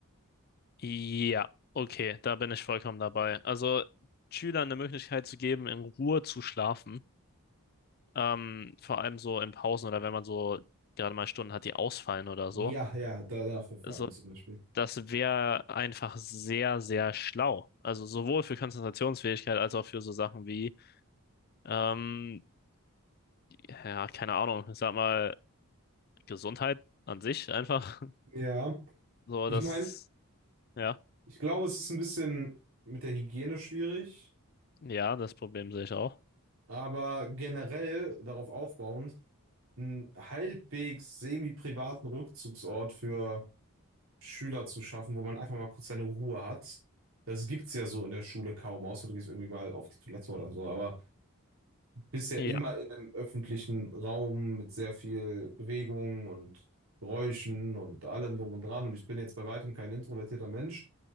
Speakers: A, on the left (about 45°); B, on the right (about 65°).
A: Ja, okay, da bin ich vollkommen dabei. Also Schülern eine Möglichkeit zu geben, in Ruhe zu schlafen, ähm, vor allem so in Pausen oder wenn man so gerade mal Stunden hat, die ausfallen oder
B: Ja,
A: so.
B: ja, da, dafür vor
A: Also
B: allem zum Beispiel.
A: das wäre einfach sehr, sehr schlau. Also sowohl für Konzentrationsfähigkeit als auch für so Sachen wie, ähm, ja, keine Ahnung, ich sag mal, Gesundheit an sich einfach. <laughs>
B: Ja,
A: So,
B: ich
A: das
B: meine,
A: ja.
B: ich glaube, es ist ein bisschen mit der Hygiene schwierig,
A: Ja, das Problem sehe ich auch.
B: aber generell darauf aufbauend, einen halbwegs semi-privaten Rückzugsort für Schüler zu schaffen, wo man einfach mal kurz seine Ruhe hat. Das gibt's ja so in der Schule kaum, außer du gehst irgendwie mal auf die Toilette oder so, aber bist ja
A: Ja,
B: immer in einem öffentlichen Raum mit sehr viel Bewegung und Geräuschen und allem drum und dran. Und ich bin jetzt bei weitem kein introvertierter Mensch,